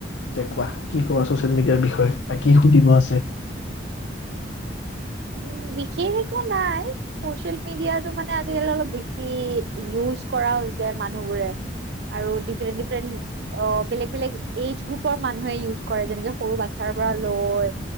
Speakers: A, on the left; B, on the right.
A: তে কোৱা কি কব ছচিয়েল মিডিয়াৰ বিষয়ে বা কি সুধিব আছে
B: উ বিশেষ একো নাই চচিয়েল মিডিয়াটো মানে আজিকালি অলপ বেছি ইউজ কৰা হৈছে মানুহবোৰে আৰু ডিফাৰেন্ট ডিফাৰেন্ট অ বেলেগ বেলেগ এজ গ্ৰুপৰ মানুহে ইউজ কৰে যেনেকে সৰু বাচ্ছাৰ পৰা লয়